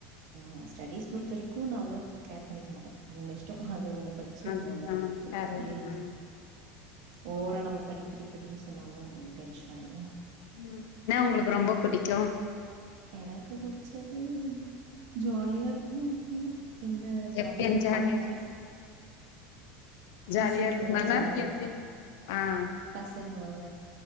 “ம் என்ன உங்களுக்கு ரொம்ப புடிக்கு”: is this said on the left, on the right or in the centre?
Left